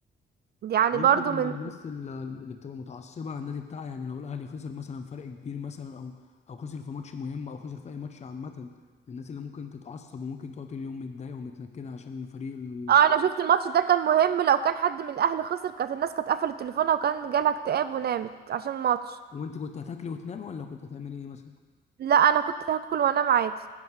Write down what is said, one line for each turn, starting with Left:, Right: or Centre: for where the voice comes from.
Right: يعني
Left: يمكن
Right: برضو
Left: من
Right: من
Left: الناس اللي اللي بتبقى متعصبه على النادي بتاعها يعني لو الاهلي خسر مثلا فرق كبير مثلا او او خسر في ماتش مهم او خسر في اي ماتش عامه من الناس اللي ممكن تتعصب وممكن تقعد طول اليوم متضايقه ومتنكده عشان فريق ال...
Right: اه انا شفت الماتش ده كان مهم لو كان حد من الاهلي خسر كانت الناس كانت قفلت تليفونها وكان جالها اكتئاب ونامت عشان الماتش
Left: وانت كنت هتاكلي وتنامي ولا كنت هتعملي ايه مثلا
Right: لا انا كنت هاكل وانام عادي